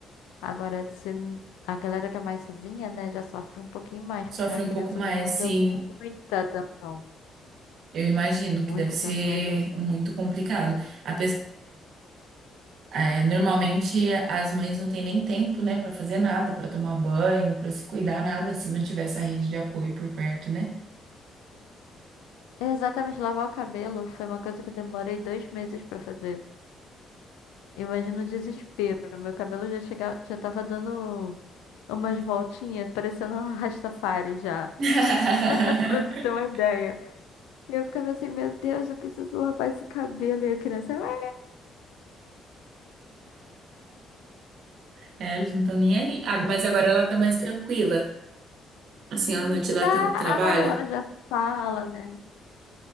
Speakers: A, on the left; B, on the right.
A: Agora, se n- a galera que é mais sozinha, né, já sofre um pouquinho mais,
B: Sofre
A: porque uma criança
B: um pouco mais,
A: demanda
B: assim,
A: muita atenção.
B: eu imagino
A: Muita
B: que deve ser
A: atenção, e assim.
B: muito complicado. A, É, normalmente as mães não têm nem tempo, né, para fazer nada, para tomar banho, para se cuidar, nada, se não tiver essa rede de apoio por perto, né?
A: Exatamente, lavar o cabelo foi uma coisa que eu demorei dois meses pra fazer. Imagina o desespero. Meu cabelo já chegava, já tava dando umas voltinhas, parecendo um Rastafari já,
B: <laughs>
A: <laughs> pra você ter uma ideia. E eu ficava assim, meu Deus, eu preciso lavar esse cabelo. E a criança, "Ah,
B: É, eles não estão nem aí. Ah, mas agora ela tá mais tranquila. Assim, ela não te dá
A: Tá,
B: tanto trabalho.
A: agora ela já fala, né?